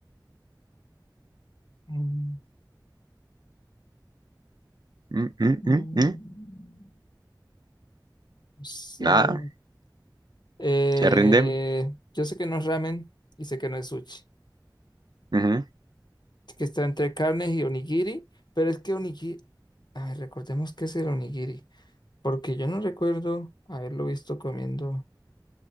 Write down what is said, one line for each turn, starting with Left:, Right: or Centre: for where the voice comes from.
Left: mm,
Right: Mm, mm,
Left: mm,
Right: mm, mm.
Left: No sé.
Right: Nada,
Left: Eh,
Right: se rinde.
Left: yo sé que no es ramen y sé que no es sushi.
Right: Ujú.
Left: que está entre carnes y onigiri, pero es que onigiri, a ver, recordemos qué es el onigiri, porque yo no recuerdo haberlo visto comiendo.